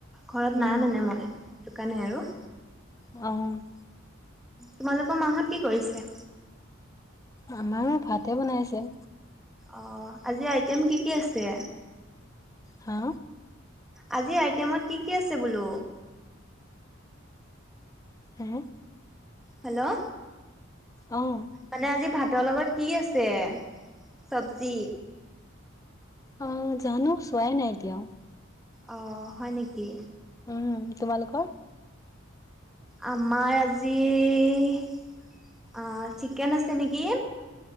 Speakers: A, in the centre; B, on the left.
A: ঘৰত
B: উম
A: নাই মানে মই। টো কাৰণে আৰু।
B: অঁ
A: তোমালোকৰ মাহঁত কি কৰিছে?
B: আমাৰো ভাতে বনাই আছে।
A: অঁ, আজি আইটেম কি কি আছে?
B: হা?
A: আজি আইটেমত কি কি আছে বোলো?
B: হু-হুম?
A: হেল্ল'
B: অঁ
A: মানে আজি ভাতৰ লগত কি আছে- চবজি?
B: অ জা'নো চোৱাই নাই এতিয়াও।
A: অ্ হয় নেকি?
B: উম্, তোমালোকৰ?
A: আমাৰ আজি- আঁ চিকেন আছে নেকি?